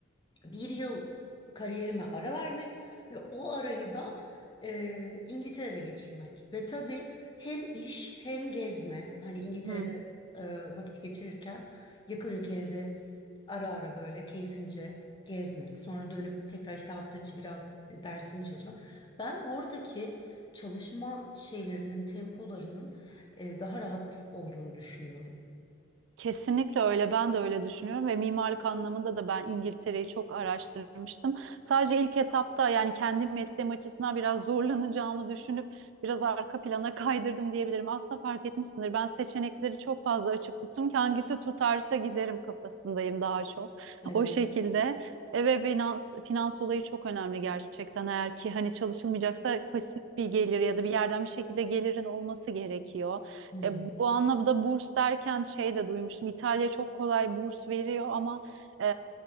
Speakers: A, on the left (about 20°); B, on the right (about 70°).
A: bir yıl kariyerime ara vermek ve o arayı da e, İngiltere'de geçirmek. Ve tabii hem iş hem gezme. Hani İngiltere'de
B: Hı.
A: e, vakit geçirirken yakın ülkeleri ara ara böyle keyfimce gezmek. Sonra dönüp tekrar işte hafta içi biraz dersimi çalışmak. Ben oradaki çalışma şeylerinin, tempolarının e, daha rahat olduğunu düşünüyorum.
B: Kesinlikle öyle. Ben de öyle düşünüyorum ve mimarlık anlamında da ben İngiltere'yi çok araştırmıştım. Sadece ilk etapta yani kendi mesleğim açısından biraz zorlanacağımı düşünüp biraz arka plana kaydırdım diyebilirim. Aslında fark etmişsindir. Ben seçenekleri çok fazla açık tuttum ki hangisi tutarsa giderim kafasındayım daha çok.
A: Evet.
B: <laughs> O şekilde. E, Ve finans, finans olayı çok önemli gerçekten. Eğer ki hani çalışılmayacaksa pasif bir gelir ya da bir yerden bir şekilde gelirin olması gerekiyor.
A: Hı hı.
B: E, bu anlamda burs derken şey de duymuştum. İtalya çok kolay burs veriyor ama e,